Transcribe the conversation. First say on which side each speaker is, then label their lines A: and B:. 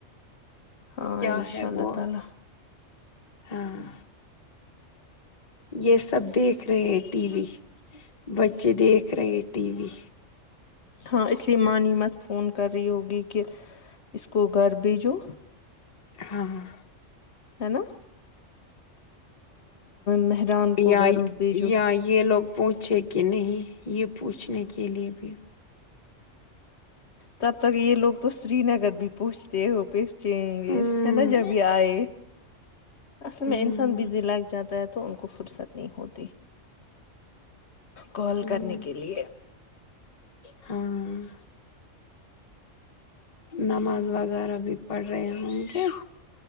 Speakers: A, on the left (about 60°); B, on the left (about 35°).
A: ہاں
B: کیا
A: انشاء
B: ہے وہ
A: اللہ تعالی
B: ہاں یہ سب دیکھ رہے ہیں ٹی وی بچے دیکھ رہے ٹی وی
A: ہاں اس لیے ماں مت فون کر رہی ہوگی کہ اس کو گھر بھی جوو
B: ہاں ہاں
A: ہے نا مہران کو
B: یائی
A: گھر بھیجو
B: یائی یہ لوگ پوچھے کہ نہیں یہ پوچھنے کے لیے بھی
A: تب تک یہ لوگ تو سری نگر بھی پہنچتے ہو پہنچیں گے
B: ہوں
A: ہے نا جبھی آئے اصل
B: ہوں
A: میں انسان بزی لگ جاتا ہے تو ان کو فرصت نہیں ہوتی کال
B: ہوں
A: کرنے کے لیے
B: ہاں نماز وغیرہ بھی پڑھ رہے ہوں گے